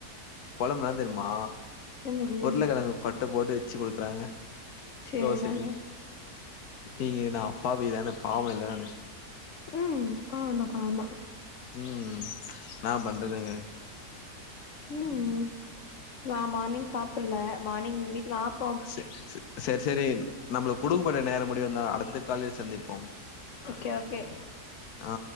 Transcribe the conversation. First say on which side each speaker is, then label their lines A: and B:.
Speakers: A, on the left (about 75°); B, on the left (about 60°).
A: கொழம்பு இன்னா தெர்மா
B: என்னது
A: உருளக்கெழங்கு கொட்ட போட்டு வெச்சு குடுக்குறாங்க
B: சேரிதாங்க
A: தோசைக்கு ஏங்க நா அப்பாவிதான பாவல்ல நானு
B: ம் பாவந்தா பாவந்தா
A: ம் ன்னா பண்றதுங்க
B: ம் நா மார்னிங் சாப்பில்ல மார்னிங் வீட்ல ஆப்
A: செர் செ செர் செரி நம்ளுக் குடுக்கப்பட்ட நேரம் முடியும் தா அடுத்த கால்லி சந்திப்போம்
B: ஓகே ஓகே
A: ஆ